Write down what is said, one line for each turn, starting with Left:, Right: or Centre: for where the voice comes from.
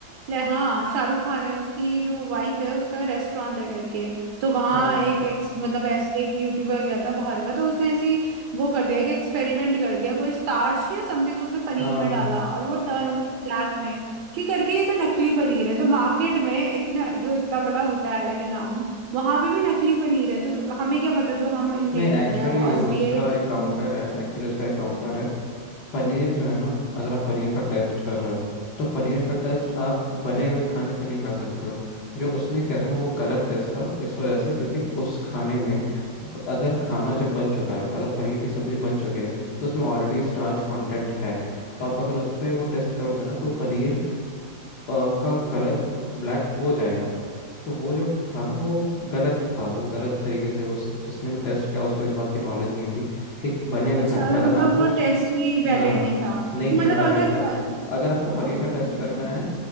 Right: ले हाँ शाहरुख खान है उसकी जो वाइफ है उसका रेस्टोरेंट है करके तो वहाँ
Left: हाँ
Right: एक, एक मतलब ऐसे एक यूट्यूबर गया था बाहर का तो उसने ऐसी वो कर दिया कि एक्सपेरिमेंट कर दिया कोई स्टार्च या समथिंग उसने पनीर
Left: हाँ
Right: में
Left: हाँ
Right: डाला और वो टर्न हो गई ब्लैक में कि करके ये तो नकली पनीर है तो मार्केट में इतना जो इतना बड़ा होटल है रिनाउंड वहां पे भी नकली पनीर है तो जो- हमें क्या पता जो हम इनटेक
Left: नहीं एक्चुअली
Right: कर रहे हैं वो असली
Left: उसका
Right: है या नकली
Left: एक काउंटर
Right: है।
Left: है एक्चुअली उसका एक काउंटर है पनीर जो है ना अगर आप पनीर का टेस्ट कर रहे हो तो पनीर का टेस्ट आप बने हुए खाने पे नहीं कर सकते हो जो उसने किया था ना वो गलत टेस्ट था इस वजह से क्योंकि उस खाने में अगर खाना जब बन चुका है अगर पनीर की सब्जी बन चुकी है तो उसमें ऑलरेडी स्टार्च कंटेंट है तो आप अगर उस पर वो टेस्ट करोगे ना तो पनीर अ, का कलर ब्लैक हो जाएगा तो वो जो था ना वो गलत था वो गलत तरीके से उस जिसने भी टेस्ट किया उसको इस बात की नॉलेज नहीं थी कि बने हुए
Right: अच्छा
Left: खाने पे अगर
Right: मतलब
Left: आपको
Right: वो टेस्ट ही वैलिड
Left: हाँ
Right: नहीं था
Left: नहीं
Right: मतलब
Left: इनवैलिड
Right: अगर
Left: था अगर आपको पनीर
Right: हाँ
Left: का टेस्ट
Right: ये
Left: करना
Right: ठीक
Left: है